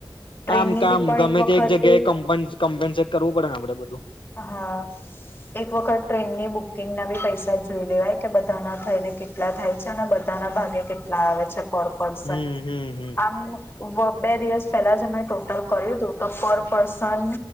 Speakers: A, on the left; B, on the left.
A: ટ્રેનની
B: આમ કામ
A: બી પણ
B: ગમે
A: વખત
B: તે એક જગ્યાએ કંપની ટ કરવું પડેને આપે બધું
A: હા એક વખત ટ્રેનની બુકિંગના બી પૈસા જોઈ લેવાય કે બધાના થઈને કેટલા થાય છે અને બધાના ભાગે કેટલા આવે છે. પર પસન
B: હમ હમ હમ
A: આમ બે દિવસ પહેલા જ મેમે ટોટલ કર્યું હતું તો પર પર્સન